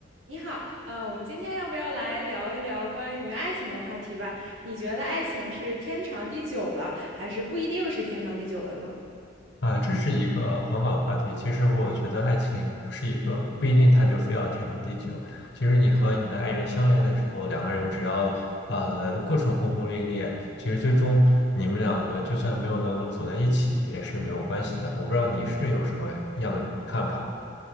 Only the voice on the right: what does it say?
你好，呃，我们今天要不要来聊一聊关于爱情的话题吧？你觉得爱情是天长地久的，还是不一定是天长地久的呢？